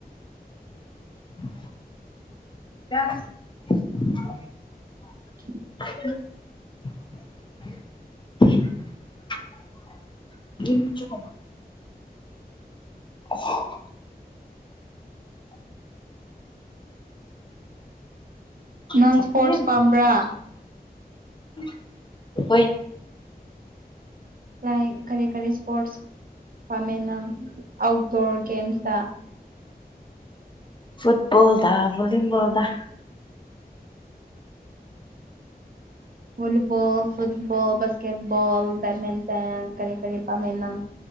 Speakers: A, on the left; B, on the right.
A: <inaudible>
B: <inaudible>
A: <inaudible> <unintelligible> ꯑꯣ ꯍꯣ
B: ꯅꯟ
A: <unintelligible>
B: ꯏꯁꯄꯣꯔꯠꯁ ꯄꯥꯝꯕ꯭ꯔꯥ
A: ꯑꯣꯏ
B: ꯂꯥꯏꯛ ꯀꯔꯤ ꯀꯔꯤ ꯁ꯭ꯄꯣꯔꯠꯁ ꯄꯥꯝꯃꯦ ꯅꯪ ꯑꯥꯎꯠꯗꯣꯔ ꯒꯦꯝꯁꯇ
A: ꯐꯨꯠꯕꯣꯜꯗꯥ ꯕꯣꯂꯤꯕꯣꯜꯗ
B: ꯕꯣꯂꯤꯕꯣꯜ ꯐꯨꯠꯕꯣꯜ ꯕꯥꯁꯀꯦꯠꯕꯣꯜ ꯕꯦꯠꯃꯦꯟꯇꯟ ꯀꯔꯤ ꯀꯔꯤ ꯄꯥꯝꯃꯦ ꯅꯪ